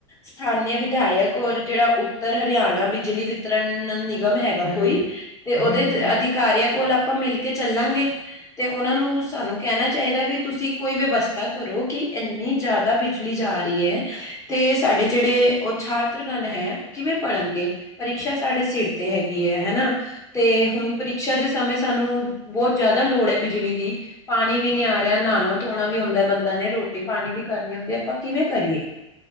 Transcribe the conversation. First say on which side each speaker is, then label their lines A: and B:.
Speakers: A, on the left; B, on the left.
A: ਸਥਾਨਿਕ ਵਿਧਾਇਕ। ਔਰ ਜਿਹੜਾ ਉੱਤਰ ਹਰਿਆਣਾ ਬਿਜਲੀ ਵਿਤਰਣ ਨਿਗ ਨਿਗਮ ਹੈਗਾ
B: ਹਾਂਜੀ
A: ਕੋਈ ਤੇ ਉਹਦੇ
B: ਹਾਂਜੀ ਹਾਂਜੀ
A: ਅਧਿਕਾਰੀਆਂ ਕੋਲ ਆਪ ਆਪਾਂ ਮਿਲ ਕੇ ਚੱਲਾਂਗੇ ਤੇ ਉਹਨਾਂ ਨੂੰ ਸਾਨੂੰ ਕਹਿਣਾ ਚਾਹੀਦਾ ਵੀ ਤੁਸੀਂ ਕੋਈ ਵਿਵਸਥਾ ਕਰੋ ਕਿ ਇੰਨੀ ਜ਼ਿਆਦਾ ਬਿਜਲੀ ਜਾ ਰਹੀ ਹੈ, ਤੇ ਸਾਡੇ ਜਿਹੜੇ ਉ ਛਾਤਰਗਣ ਹੈ ਉਹ ਕਿਵੇਂ ਪੜ੍ਹਨਗੇ ਪਰੀਕਸ਼ਾ ਸਾਡੇ ਸਿਰ ਤੇ ਹੈਗੀ ਹੈ ਹਨਾ ਤੇ ਹੁਣ ਪ੍ਰੀਕਸ਼ਾ ਦੇ ਸਮੇਂ ਸਾਨੂੰ ਬਹੁਤ ਜ਼ਿਆਦਾ ਲੋੜ ਹੈ ਬਿਜਲੀ ਦੀ, ਪਾਣੀ ਵੀ ਨੀ ਆ ਰਿਹਾ ਨਾਲ। ਧੋਣਾ ਵੀ ਹੁੰਦਾ ਬੰਦਾ ਨੇ ਰੋਟੀ ਪਾਣੀ ਵੀ ਕਰਨੀ ਹੁੰਦੀ ਐ, ਆਪਾਂ ਕਿਵੇਂ ਕਰੀਏ।